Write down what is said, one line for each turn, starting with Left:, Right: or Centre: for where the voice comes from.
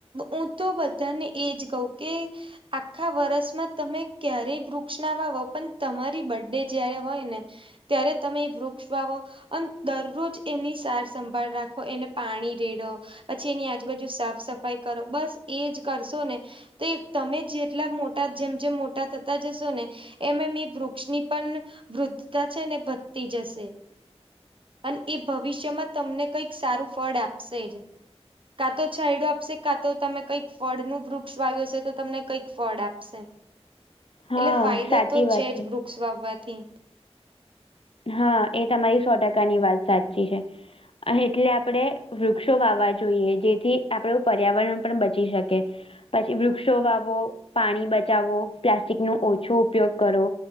Right: હું તો બધાને એજ કહું કે આખા વર્ષમાં તમે ક્યારે વૃક્ષ ના વા હો પણ તમારી બર્ ડે જયારે હોય ને, ત્યારે તમે વૃક્ષ વાવો અને દરરોજ એની સાર સંંભાળ રાખો એને પાણી રેડો. પછી એની આજુબાજુ સાફ સફાઈ કરો બસ એજ કરશો ને તો એ તમે જેટલા મોટા જેમ જેમ મોટા થતા જશો ને, એમ એમ એ વૃક્ષની પણ વૃદ્ધતા છે ને વધતી જશે. અને એ ભવિષ્યમાં તમને કઈક સારું ફળ આપશે. કાં તો છાયડું આપશે કાં તો તમે કઈક ફળનુંું વૃક્ષ વા્યું હશે તો તમને કંઈક ફળ આપશે.
Left: હા
Right: એટલે ફાયદો
Left: સાચી
Right: તો
Left: વાત
Right: છે જ વૃક્ષ વાવવાથી.
Left: હા એ તમારી સો ટકાની વાત સાચી છે. એટલે આપણેે વૃક્ષો વાવવા જોઈએ જેથી આપણું પર્યાવરણ પણ બચી શકે. પછી વૃક્ષો વાવો પાણી બચાવો પ્લાસ્ટિક નો ઓછો ઉપયોગ કરો